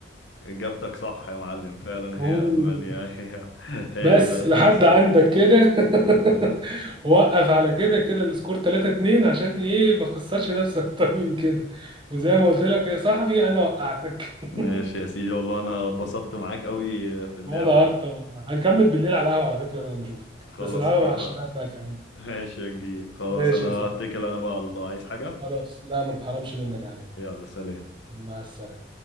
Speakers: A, on the left; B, on the right.
A: إجابتك صح يا معلم فعلا
B: اوه
A: هي ألمانيا <laughs> هي هي
B: بس
A: اللي
B: لحد
A: خسرت
B: عندك كده
A: <laughs>
B: <laughs> وقف على كده كده السكور 3 2 عشان ايه ما خسرش نفسك اكتر من كده وزي ما قلت لك يا صاحبي انا وقعتك
A: ماشي
B: <laughs>
A: يا سيدي والله انا اتبسطت معاك قوي في اللعبة
B: وانا
A: يعني.
B: اكتر والله هنكمل بالليل على القهوه على فكره لما اشوفك
A: خلاص
B: بس نلعبها
A: اتفق
B: مع الشباب بقى كمان
A: ماشي يا كبير خلاص
B: ماشي
A: انا
B: يا
A: هتكل
B: صاحبي
A: انا بقى على الله عايز حاجة
B: خلاص لا ما نحرمش منك يا حبيبي
A: يلا سلام
B: مع السلامه